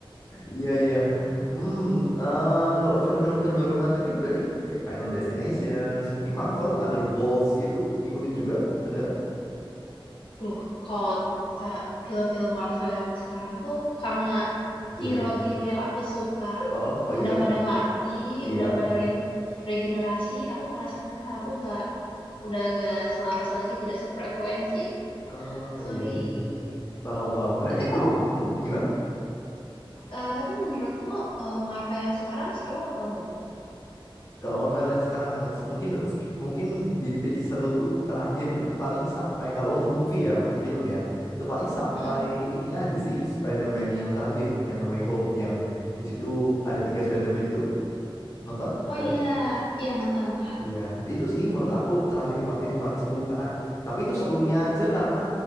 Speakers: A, on the left (about 35°); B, on the left (about 65°).
A: iya iya. Hmm, eh, kalau film-film terbaru mantengin berarti kayak Final Destination, mungkin Marvel, Thunderbolts itu ngikutin juga, kan, Dara?
B: Duh, kalau ta- film-film Marvel yang sekarang tuh karena
A: Jelek.
B: hero-hero yang aku suka
A: Oh, oh iya.
B: udah pada mati,
A: Iya.
B: udah pada re- regenerasi, aku ngerasa ah aku nggak udah agak selaras lagi, tidak sefrekuensi.
A: Oh
B: Sorry.
A: iya iya.
B: gitu.
A: Paham paham. Nah,
B: Tapi
A: itu.
B: kalau
A: Hmm, gimana?
B: eh, tapi menurutmu eh, Marvel yang sekarang seru atau enggak tuh?
A: Kalau Marvel yang sekarang s- mungkin mungkin di titik seru tuh terakhir paling sampai kalau untuk movie ya, untuk film ya, itu paling sampai
B: Mm-mm.
A: ini aja sih Spider-Man yang terakhir yang No Way Home yang di situ ada tiga Spider-Man itu nonton?
B: Oh
A: Daerah?
B: iya, iya nonton nonton.
A: Iya, itu sih menurut aku terakhir pa- titik paling seru karena tapi itu serunya aja karena